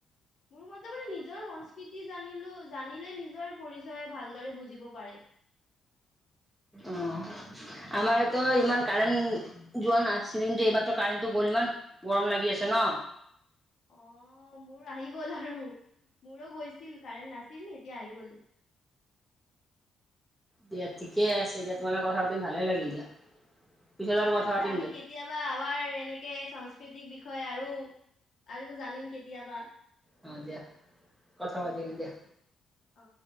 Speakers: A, on the left; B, in the centre.
A: মোৰ মতে মানে নিজৰ সংস্কৃতি জানিলো জানিলে নিজৰ পৰিচয় ভালদৰে বুজিব পাৰে।
B: অ আমাৰতো ইমান কাৰেণ্ট যোৱা নাছিল কিন্তু এইমাত্ৰ কাৰেণ্টটো গ'ল ম গৰম লাগি আছে ন।
A: অ মোৰ আহি গ'ল আৰু। মোৰো গৈছিল কাৰেণ্ট নাছিল এতিয়া আহি গ'ল।
B: দিয়া ঠিকে আছে দিয়া তোমা লগত কথা পাতি ভালে লাগিল দিয়া। পিছত
A: ঠিকে
B: আৰু কথা
A: আছে
B: পাতিম
A: আমি
B: দিয়া
A: কেতিয়াবা আমাৰ এনেকে সস্কৃতিক বিষ হয় আৰু আৰু জানিম কেতিয়াবা।
B: অ দিয়া। কথা
A: ঠিক
B: পাতিম
A: আছে
B: দিয়া।
A: অ।